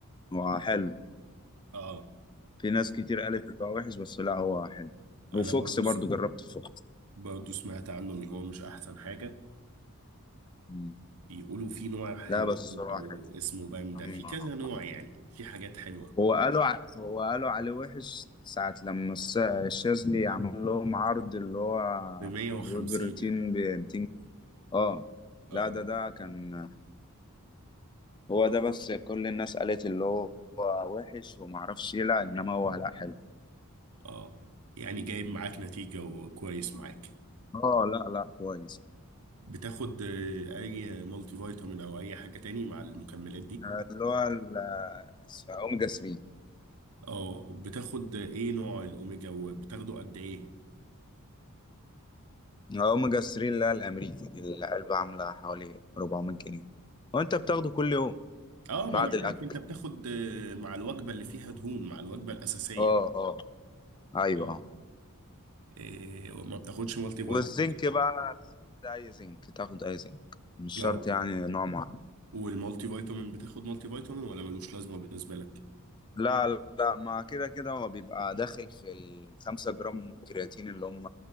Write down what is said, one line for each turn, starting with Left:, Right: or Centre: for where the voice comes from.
Left: هو حلو
Right: اه
Left: في ناس كتير قالت اللي هو وحش بس لا هو حلو
Right: انا
Left: وفوكس
Right: برضو
Left: برضو
Right: س...
Left: جربت فوكس
Right: برضو سمعت عنه ان هو مش احسن حاجة
Left: مم.
Right: بيقولوا في نوع حلو
Left: لا بس
Right: برضو
Left: هو حلو
Right: اسمه باندا في
Left: مم. <laughs>
Right: كذا نوع يعني في حاجات حلوة
Left: هو قالوا ع... هو قالوا عليه وحش ساعة لما الس- الشاذلي عمل لهم عرض اللي هو
Right: ب 150
Left: الويب روتين
Right: يعني
Left: ب 200 اه
Right: اه
Left: لا ده ده كان هو ده بس كل الناس قالت اللي هو وحش وما اعرفش ايه لا انما هو لا حلو
Right: اه يعني جايب معاك نتيجة وكويس معاك
Left: اه لا لا كويس
Right: بتاخد آه، اي مالتي فيتامين او اي حاجة تاني مع المكملات دي
Left: آه، اللي هو ال- آه، اوميجا 3
Right: اه بتاخد ايه نوع الاوميجا وبتاخده قد ايه
Left: اوميجا 3 اللي هي الامريكي دي العلبه عامله حوالي 400 جنيه وانت بتاخده كل يوم
Right: اه ما
Left: بعد
Right: انا
Left: الاكل
Right: عارف انت بتاخد آه، مع الوجبه اللي فيها دهون مع الوجبه الاساسيه
Left: اه اه ايوه
Right: اه
Left: اه
Right: إيه ما بتاخدش مالتي فيتامين
Left: والزنك بقى ده اي زنك تاخد اي زنك مش
Right: اه
Left: شرط يعني نوع معين
Right: والمالتي فيتامين بتاخد مالتي فيتامين ولا ملوش لازمه بالنسبه لك
Left: لا لا ما كده كده هو بيبقى داخل في الخمسة جرام كرياتين اللي هم